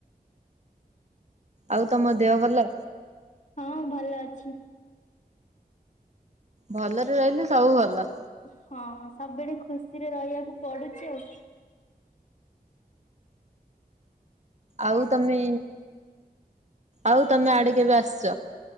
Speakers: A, on the right; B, on the left.
A: ଆଉ ତମ ଦେହ ଭଲ?
B: ହଁ ଭଲ ଅଛି।
A: ଭଲରେ ରହିଲେ ସବୁ ଭଲ।
B: ହଁ ସବୁଡେ ଖୁସିରେ ରହିବାକୁ ପଡୁଛି ଆଉ।
A: ଆଉ ତମେ ଆଉ ତମେ ଆଡେ କେବେ ଆସ